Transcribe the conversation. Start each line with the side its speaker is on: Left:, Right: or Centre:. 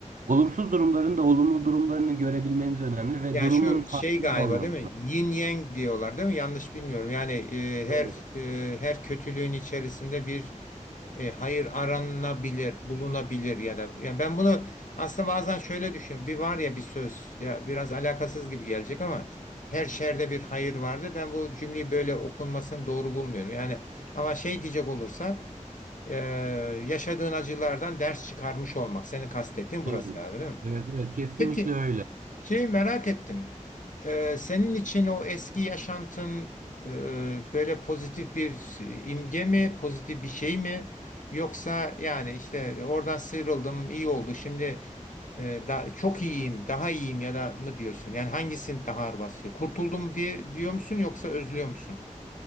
Right: olumsuz durumların da olumlu durumlarını görebilmeniz önemli ve
Left: Yani
Right: durumun
Left: şu
Right: farkında
Left: şey galiba
Right: olmanız
Left: değil mi? Yin
Right: lazım.
Left: yang diyorlar değil mi? Yanlış bilmiyorum. Yani e, her
Right: Evet,
Left: e, her kötülüğün içerisinde bir e, hayır aranabilir, bulunabilir ya da ya ben bunu aslında bazen şöyle düşünüyorum. Bir var ya bir söz ya biraz alakasız gibi gelecek ama her şerde bir hayır vardır. Ben bu cümleyi böyle okunmasını doğru bulmuyorum. Yani ama şey diyecek olursak e, yaşadığın acılardan ders çıkarmış olmak. Senin kastettiğin burası
Right: evet.
Left: galiba değil mi?
Right: Evet, evet, kesinlikle
Left: Peki.
Right: öyle.
Left: Şey merak ettim. Ee, senin için o eski yaşantın e, böyle pozitif bir e, imge mi, pozitif bir şey mi? Yoksa yani işte oradan sıyrıldım, iyi oldu. Şimdi e, da, çok iyiyim, daha iyiyim ya da mı diyorsun? Yani hangisini daha ağır basıyor? Kurtuldum diye diyor musun yoksa özlüyor musun?